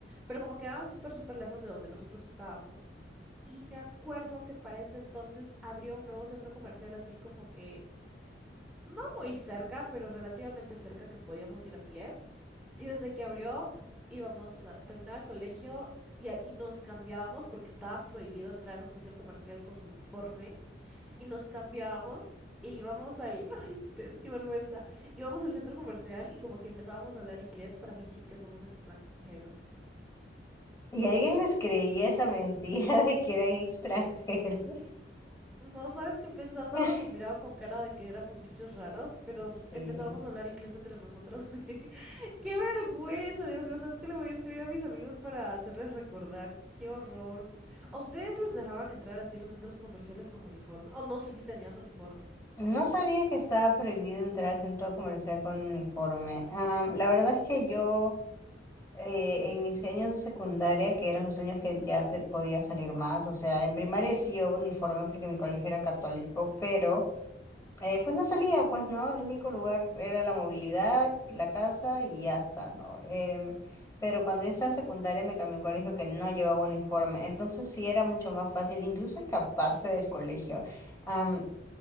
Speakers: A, in the centre; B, on the left (about 15°).
A: pero como quedaban súper, súper lejos de donde nosotros estábamos. Y me acuerdo que para ese entonces abrió un nuevo centro comercial así como que no muy cerca, pero relativamente cerca que podíamos ir a pie. Y desde que abrió íbamos, o sea, terminaba el colegio y, a- y nos cambiábamos porque estaba prohibido entrar a un centro comercial con uniforme y nos cambiábamos y íbamos al... <laughs> Ay, te- qué vergüenza. Íbamos al centro comercial y como que empezábamos a hablar inglés para fingir que somos extranjeros.
B: ¿Y alguien les creía esa mentira <laughs> de que eran extranjeros?
A: No sabes que pensándolo
B: <laughs>
A: nos miraba con cara de que éramos bichos raros, pero
B: Sí.
A: empezábamos a hablar inglés entre nosotros. <laughs> Sí. ¡Qué vergüenza, Dios mío! ¿Sabes qué le voy a escribir a mis amigos para hacerles recordar? ¡Qué horror! ¿A ustedes les dejaban entrar así en los centros comerciales con uniforme? O no sé si tenías uniforme.
B: No sabía que estaba prohibido entrar al centro comercial con uniforme. Am, la verdad es que yo eh, en mis años de secundaria, que eran los años que ya te podía salir más, o sea, en primaria sí llevaba uniforme porque mi colegio era católico, pero Eh, pues no salía, pues no, el único lugar era la movilidad, la casa y ya está, ¿no? Em, pero cuando yo estaba en secundaria me cambié a un colegio que no llevaba uniforme, entonces sí era mucho más fácil incluso escaparse del colegio. Am,